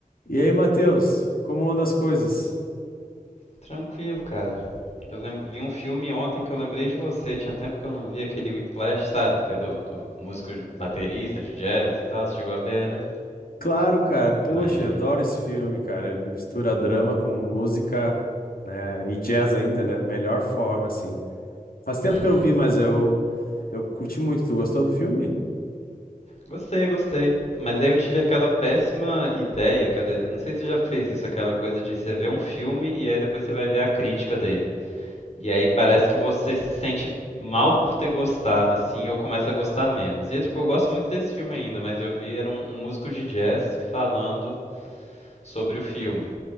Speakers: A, on the left; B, on the left.
A: E aí, Matheus, como anda as coisas?
B: Tranquilo, cara. Eu lem- vi um filme ontem que eu lembrei de você. Tinha tempo que eu não vi aquele Whiplash, sabe? Que é do, do músico de- baterista de jazz e tal. Você chegou a ver, né?
A: Claro, cara, poxa,
B: Imagino.
A: eu adoro esse filme, cara. Ele mistura drama com música, né, e jazz ainda, né, melhor forma, assim. Faz tempo
B: Uhum.
A: que eu não vi, mas eu, eu curti muito. Tu gostou do filme?
B: Gostei, gostei. Mas aí eu tive aquela péssima ideia, aquela... não sei se você já fez isso, aquela coisa de você ver um filme e aí depois você vai ver a crítica dele. E aí parece que você se sente mal por ter gostado, assim, ou começa a gostar menos. E tipo, eu gosto muito desse filme ainda, mas eu vi era um, um músico de jazz falando sobre o filme.